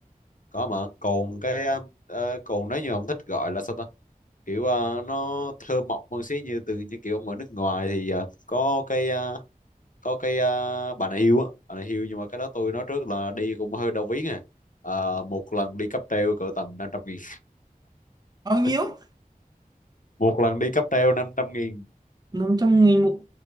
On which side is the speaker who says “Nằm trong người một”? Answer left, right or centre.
Right